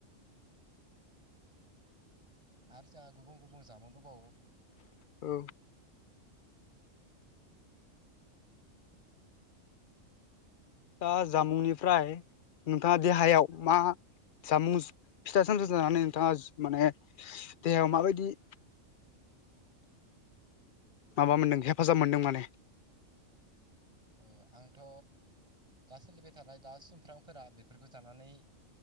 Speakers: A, on the right (about 25°); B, on the left (about 55°).
A: आरो जोंहा गुबुन गुबुन जामुं दंबावो।
B: औ। दा जामुंनिफ्राय नोंथाङा देहायाव मा जामुं फिथा-सामथाइजानानै नोंथाङा माने देहायाव माबायदि माबा मोन्दों हेफाजाब मोनदों माने।
A: औ आंथ' दा सोलिबाय थानाय दा सुमफ्रांफोरा बेफोरखौ जानानै